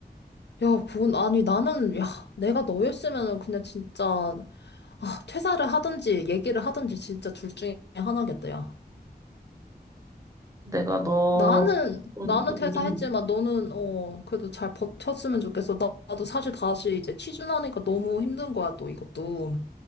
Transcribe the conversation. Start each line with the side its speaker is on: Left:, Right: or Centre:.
Left: 야, 그건, 아니, 나는, 야, 내가 너였으면은 그냥 진짜, 아, 퇴사를 하든지, 얘기를 하든지, 진짜 둘 중에 하나겠다, 야.
Right: 내가 너
Left: 나는,
Right: 음,
Left: 나는
Right: 음,
Left: 퇴사했지만,
Right: 음.
Left: 너는, 어, 그래도 잘 버텼으면 좋겠어. 나, 나도 사실 다시 이제 취준하니까 너무 힘든 거야, 또 이것도.